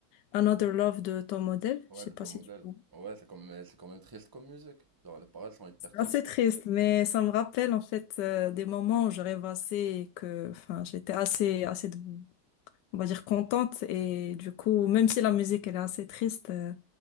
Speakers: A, on the left; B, on the right.
A: Another Love de Tom Odell.
B: Ouais,
A: Je sais
B: de
A: pas
B: ton modèle.
A: si tu vois.
B: Ouais, c'est quand même, c'est quand même triste comme musique. Genre, les paroles sont hyper
A: C'est
B: tristes.
A: assez triste, mais ça me rappelle en fait euh, des moments où je rêvassais et que, enfin, j'étais assez, assez de on va dire, contente. Et du coup, même si la musique, elle est assez triste, euh,